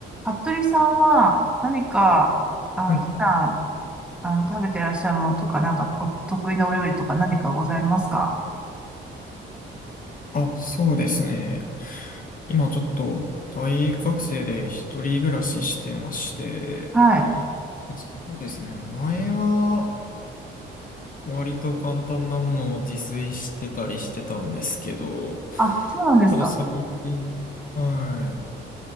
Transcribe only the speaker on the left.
はい。
あ、そうですね。今ちょっと大学生で一人暮らししてまして、
まあそうですね。前は割と簡単なものを自炊してたりしてたんですけど、
ちょっと最近、はい、